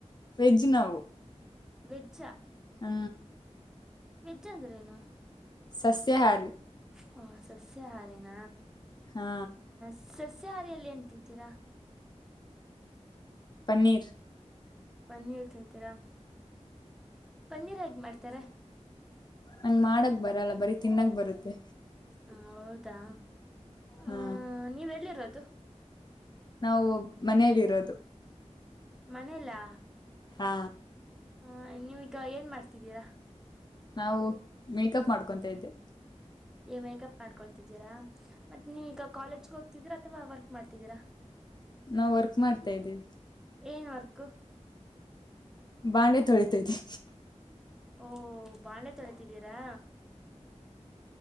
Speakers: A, on the left; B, in the centre.
A: ವೆಜ್ ನಾವ್
B: ವೆಜ್
A: ಹ
B: ವೆಜ್ ಅಂದ್ರೆ ಏನು
A: ಸಸ್ಯಹಾರಿ
B: ಹಾ ಸಸ್ಯಾಹಾರಿನ
A: ಹಾ
B: ಸಾಸ್ ಸಹಾರಿಯಲ್ಲಿ ಏನ್ ತಿಂತೀರಾ
A: ಪನ್ನೀರ್
B: ಪನ್ನೀರ್ ತಿಂತೀರಾ ಪನ್ನೀರ್ ಹೇಗ್ ಮಾಡ್ತಾರ
A: ನಂಗ ಮಾಡಕ್ ಬರಲ್ಲ ಬರೀ ತಿನ್ನಕ್ ಬರುತ್ತೆ
B: ಹ ಹೌದಾ ಆ
A: ಹಾ
B: ನೀವೆಲ್ಲಿರೋದು?
A: ನಾವು ಮನೇಲಿರೋದು
B: ಮನೇಲಾ?
A: ಹಾ
B: ಹ ನೀವೀಗ ಏನ್ ಮಾಡ್ತಿದ್ದೀರಾ?
A: ನಾವು ಮೇಕಪ್ ಮಾಡ್ಕೊಂತ ಇದ್ದೆ.
B: ನೀವ್ ಮೇಕಪ್ ಮಾಡ್ಕೊಳ್ತಿದ್ದೀರಾ ಮತ್ತೆ ನೀವ ಈಗ ಕಾಲೇಜ್ಗೆ ಹೋಗ್ತಿದ್ದೀರಾ ಅಥವಾ ವರ್ಕ್ ಮಾಡ್ತಿದ್ದೀರ?
A: ನಾವ್ ವರ್ಕ್ ಮಾಡ್ತಾ ಇದ್ದೀವಿ.
B: ಏನ್ ವರ್ಕು?
A: ಬಾಣೆ ತೊಳಿತದಿನ್
B: ಓ ಬಾಣ್ಳೆ ತೊಳಿತಿದ್ದೀರಾ?